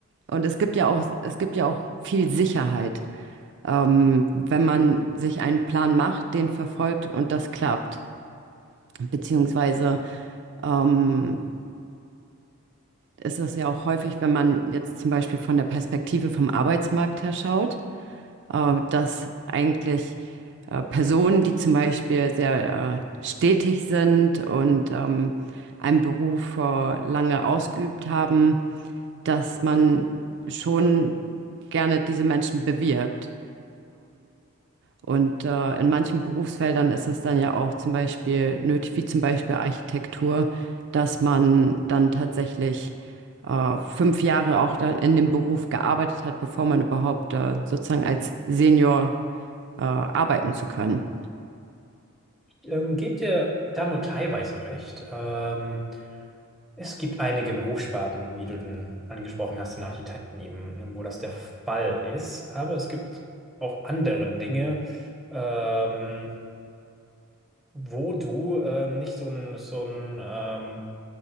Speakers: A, on the right; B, in the centre.
A: und es gibt ja auch, es gibt ja auch viel Sicherheit. wenn man sich einen Plan macht, den verfolgt und das klappt. Beziehungsweise ähm, ist das ja auch häufig, wenn man jetzt zum Beispiel von der Perspektive vom Arbeitsmarkt her schaut, äh, dass eigentlich äh, Personen, die zum Beispiel sehr äh, stetig sind und ähm, einen Beruf äh, lange ausgeübt haben, dass man schon gerne diese Menschen bewirbt. Und äh, in manchen Berufsfeldern ist es dann ja auch zum Beispiel nötig, wie zum Beispiel Architektur, dass man dann tatsächlich äh, fünf Jahre auch dann in dem Beruf gearbeitet hat, bevor man überhaupt äh, sozusagen als Senior äh, arbeiten zu können.
B: Ähm, gebt dir da nur teilweise recht. Ähm, Es gibt einige Berufssparten, wie du denn angesprochen hast, den Architekten eben, wo das der Fall ist. Aber es gibt auch andere Dinge, ähm, wo du ähm, nicht so ein, so ein ähm,